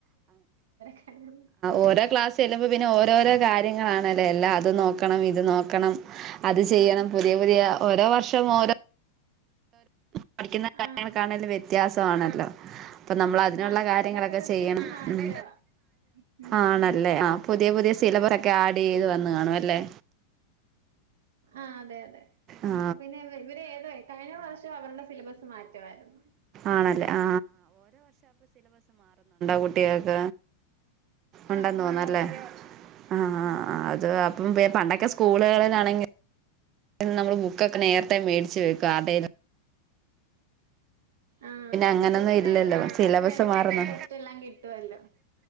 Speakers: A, on the right; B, on the right.
A: കാണുന്നത്
B: ഓരോ ക്ലാസ്സ് ചെല്ലുമ്പോ പിന്നെ ഓരോരോ കാര്യങ്ങളാണ്ല്ലേ എല്ലാ അത് നോക്ക ക്ണം ഇത് നോക്കണം അത് ചെയ്യണം
A: ആഹ്
B: പുതിയ പുതിയ ഓരോ വർഷ മോരോ പഠിക്കുന്ന കാര്യങ്ങൾക്കാണേലും
A: ആഹ്
B: വ്യത്യാസ മാണല്ലോ അപ്പം നമ്മള് അതിനുള്ള
A: ആഹ്
B: കാര്യങ്ങളൊക്കെ
A: ഇവരുടെയൊക്കെ ടെസ്റ്റ്
B: ചെയ്യണം
A: പിന്നെ മാറ്റവാ
B: ഉം
A: ഉം
B: ആണല്ലേ ആ പുതിയ പുതിയ സിലവറോക്കെ ആഡ് ചെയ്ത് വന്ന് കാണും അല്ലേ?
A: ആ അതെ അതെ
B: ആ
A: അപ്പപിന്നെ ഇവ ഇവര് ഏതാ കഴിഞ്ഞ പ്രാവശ്യ അവരുടെ സിലബസ് മാറ്റവായിരുന്നു
B: ആണല്ലേ ആ പൂട്ടിയാക്ക ഉണ്ടെന്ന്
A: ആഹ്
B: തോന്നല്ലേ
A: ഓരോ വർഷം മാറും
B: ആ
A: ഉം
B: ആ അത് അ മുമ്പേ പണ്ടൊക്കെ സ്കൂളുകളിലാണെങ്കി പിന്നെ നമ്മള് ബുക്കൊക്ക് നേരത്തെ മേടിച്ചു വെക്കും അത
A: ആ
B: അങ്ങനൊന്നും
A: ഇപ്പ പിന്നെ
B: ഇല്ലല്ലോ
A: കറക്റ്റായിട്ട്
B: സിലബസ്
A: നേരത്തെ
B: മാറുന്നു
A: ടെസ്റ്റ് എല്ലാം കിട്ടുവല്ലോ